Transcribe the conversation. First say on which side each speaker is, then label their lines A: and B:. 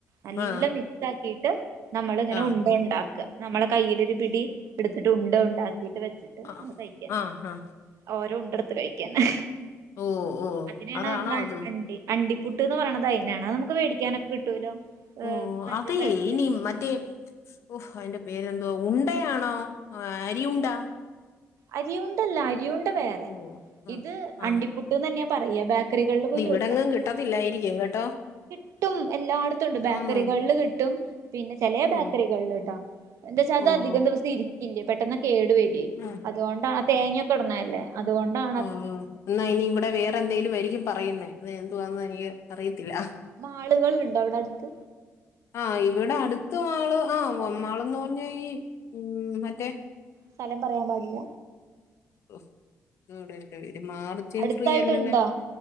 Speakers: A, on the right; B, on the left.
A: നല്ല
B: ആ
A: മിക് സാക്കീട്ട് നമ്മളിങ്ങനെ
B: ആ ആ
A: ഉണ്ടയുണ്ടാക്ക. നമ്മളെ കൈയ്യിലൊരു പിടി എടുത്തിട്ട് ഉണ്ട ഉണ്ടാക്കിട്ട് വെച്ചിട്ട്
B: ആ
A: അത്കയ്കന്നെ.
B: ആ ആ
A: ഓരോ ഉണ്ടെടുത്ത് കഴിക്കന്നെ.
B: ഓ ഓ
A: അതി നേണാമ്മള്
B: അതാണോ അത്
A: അണ്ടി അണ്ടി പു ട്ട് പറയണതയ്നാണ്. അതമ്മക്ക് വേടിക്കാനൊക്കെ കിട്ടൂലോ. ഏഹ്
B: ഓ
A: മറ്റേ
B: അതെ
A: ബേക്കറി
B: ഇനി മറ്റേ ഓഹ് അതിന്റെ പേരെന്തുവ ഉണ്ടയാണോ അരി ഉണ്ട?
A: അരിയുണ്ടല്ലാ അരിയുൺ ണ്ട വേറെ
B: ഓ അതാ
A: ഇത്
B: ആ
A: അണ്ടിപുട്ട്ന്നന്നെ പറയ ബേക്കറികളിൽ പോയി ചോ
B: വ്ടെങ്ങും കിട്ടത്തില്ലായിരിക്കും കേട്ടോ.
A: കിട്ടും. എല്ലാട്ത്തുണ്ട്. ബേക്കറികൾല്
B: ആന്നോ
A: കിട്ടും. പിന്നെ ചെലേ
B: ആന്നോ
A: ബേക്കറികൾല്ട്ടാ. എന്തേച്ചാ അത്
B: ഓ
A: അധികം
B: ഓ
A: ദിവസം ഇരിക്കില്ല. പെട്ടെന്ന് കേടു വര്വേയ്
B: ഓ,
A: അതോണ്ട ആ തേങ്ങകിട്ണല്ലേ അതുകൊണ്ടാ
B: ഉഹ് ഉഹ് ഇന്നായ്ന് ഇവിടെ വേറെന്തേലുവായിരിക്കും പറയുന്നേ അത് എന്തുവാന്ന് എനിക്ക് അറിയത്തില്ല. അഹ്
A: മാള്കള്ണ്ടോ അവ്ടടുത്ത്?
B: ആഹ് ഇവിടെ അടുത്ത് മാള്. ആഹ്
A: ഷോപ്പ്
B: മാളെന്ന് പറഞ്ഞാ ഈ മ് മറ്റേ
A: സ്ഥലം പറയാം പാടില്ല.
B: <unintelligible> ഒരു മാർജിൻ
A: അടുത്തായിട്ടുണ്ടോ
B: ഫ്രീയല്ലല്ലേ?